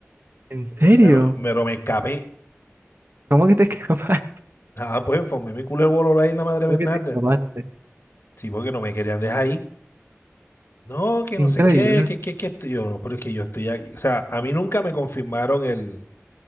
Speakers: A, on the right; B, on the left.
A: ¿En serio?
B: Pero, pero me escapé.
A: ¿Cómo que te escapaste?
B: Ah, pues formé mi culo el bolor ahí en
A: <laughs>
B: la madre
A: ¿Cómo
B: Bernarda.
A: que te escapaste?
B: Sí, porque no me querían dejar ahí. No, que
A: Increíble.
B: no sé qué, que, que, que estoy yo. No, pero es que yo estoy aquí. O sea, a mí nunca me confirmaron el,